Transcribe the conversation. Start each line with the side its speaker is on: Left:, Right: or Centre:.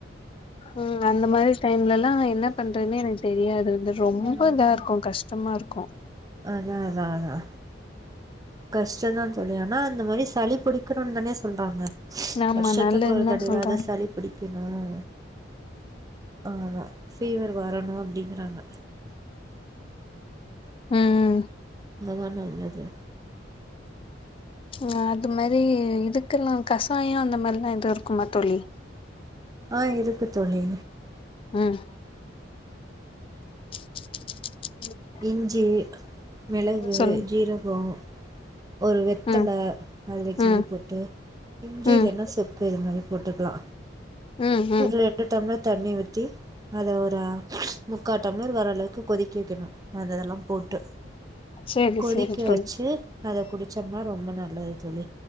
Left: ம் அந்த மாரி டைம்ல எல்லா என்ன பண்றதுன்னே எனக்கு தெரியாது அது ரொம்ப
Right: ம் ம்
Left: இதா இருக்கும் கஷ் டமா இருக்கும்
Right: அதா அதா அதா கஷ்டந்தா தோழி ஆனா இந்த மாரி சளி புடிக்கணும் தானே சொல்றாங்க
Left: ஆமா
Right: வருஷத்துக்கு
Left: நல்லதுன்தா
Right: ஒரு தடவயாது
Left: சொல்றாங்க
Right: சளி புடிக்கணும் ஆமா பீவர் வரணும் அப்டிங்கிறாங்க
Left: ம்
Right: அதுதான் நல்லது
Left: ஆ அது மாரி இதுக்கெல்லாம் கஷாயம் அந்த மாரிலாம் எதும் இருக்குமா தோழி
Right: ஆ இருக்கு தோழி
Left: ம் ம்
Right: இஞ்சி மிளகு
Left: சொல்லுங்
Right: ஜுரகம் ஒரு வெத்தல
Left: ம்
Right: அதுல கிள்ளி
Left: ம்
Right: போட் டு இஞ்சில
Left: ம்
Right: இல்லனா சுக்கு இது மாரி போட்டுக்கிலா
Left: ம் ம்
Right: ஒரு ரெண்டு டம்ளார் தண்ணி ஊத்தி அத ஒரு முக்காட்டம்ளர் வர அளவுக்கு கொதிக்க வைக்கணு அந்த இதெல்லா போட்டு
Left: சேரி
Right: கொதிக்க
Left: சேரி தோழி
Right: வச்சு அத குடிச்சோம்னா ரொம்ப நல்லது தோழி